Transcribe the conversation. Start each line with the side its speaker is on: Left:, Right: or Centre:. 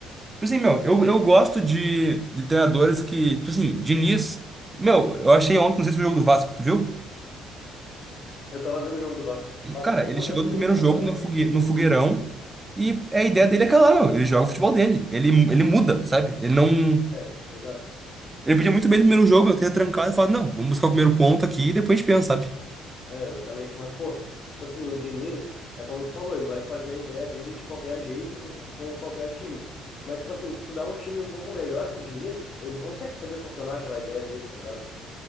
Right: Tipo assim, meu, eu, eu gosto de, de treinadores que. Tipo assim, Diniz. Meu, eu achei ontem, não sei se foi o jogo do Vasco, tu viu?
Left: Eu tava vendo o jogo do Vasco, mas
Right: Cara,
Left: o problema,
Right: ele chegou no
Left: o
Right: primeiro
Left: problema
Right: jogo no,
Left: daqui,
Right: fogue,
Left: o,
Right: no fogueirão e a ideia
Left: o-
Right: dele é aquela, meu. Ele joga o futebol dele. Ele, ele muda, sabe? Ele não.
Left: é, exato,
Right: Ele podia muito bem no primeiro jogo, eu ter trancado e falado, não, vamos buscar o primeiro ponto aqui e depois a gente pensa, sabe?
Left: é, exatamente, mas pô, tipo assim, o Diniz, é como tu falou, ele vai fazer a ideia dele de qualquer jeito, com, com qualquer time, mas tipo assim, se tu dá um time um pouco melhor pro Diniz, ele consegue fazer funcionar aquela ideia dele, tá ligado?